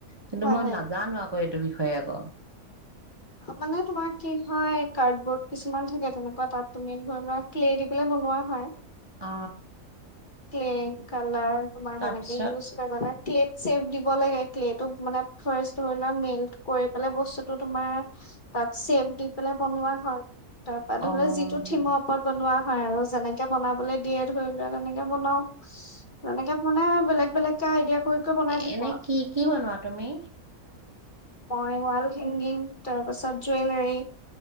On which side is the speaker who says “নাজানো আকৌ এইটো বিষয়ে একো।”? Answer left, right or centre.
Right